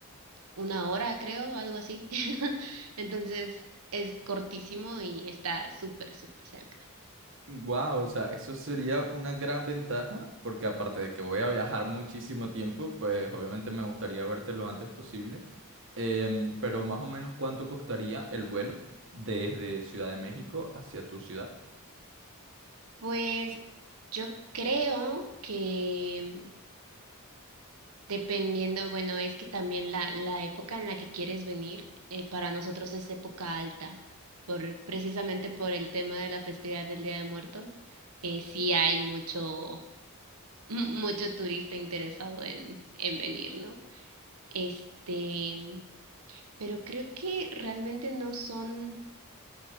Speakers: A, on the right (about 75°); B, on the right (about 60°).
A: una hora, creo, algo así. <laughs> Entonces, es cortísimo y está súper, súper cerca.
B: Wow, o sea, eso sería una gran ventaja, porque aparte de que voy a viajar muchísimo tiempo, pues obviamente me gustaría verte lo antes posible. Em, pero más o menos cuánto costaría el vuelo desde Ciudad de México hacia tu ciudad.
A: Pues yo creo que Dependiendo, bueno, es que también la, la época en la que quieres venir, eh, para nosotros es época alta, por, precisamente por el tema de la festividad del Día de Muertos, eh, sí hay mucho, <laughs> mucho turista interesado en, en venir, ¿no? Este, pero creo que realmente no son